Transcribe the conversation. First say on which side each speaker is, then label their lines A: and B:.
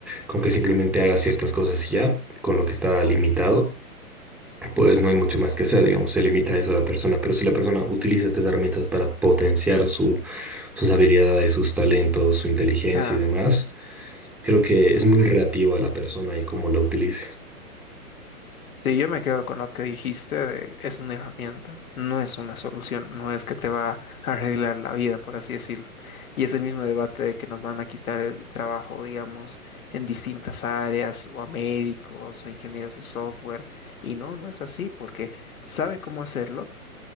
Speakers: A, in the centre; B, on the left (about 65°).
A: con que simplemente haga ciertas cosas y ya, con lo que está limitado pues no hay mucho más que hacer, digamos, se limita a eso la persona, pero si la persona utiliza estas herramientas para potenciar su, sus habilidades, sus talentos, su inteligencia
B: Ah,
A: y demás, creo que es muy relativo a la persona y cómo la utilice.
B: Sí, yo me quedo con lo que dijiste de es una herramienta, no es una solución, no es que te va a arreglar la vida, por así decirlo. Y es el mismo debate de que nos van a quitar el trabajo, digamos, en distintas áreas, o a médicos, a ingenieros de software. Y no, no es así, porque sabe cómo hacerlo,